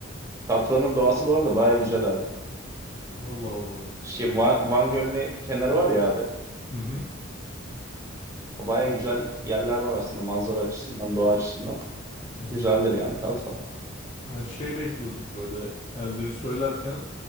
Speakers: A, on the right; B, on the left.
A: Tatvan'ın doğası bu arada baya güzel abi.
B: Allah Allah.
A: Şey, Van, Van Gölü'nün kenarı var ya abi.
B: Hı hı.
A: Baya güzel yerler var aslında manzara açısından, doğa açısından.
B: Hı.
A: Güzeldir yani Tatvan.
B: Ben şey bekliyordum böyle yerleri söylerken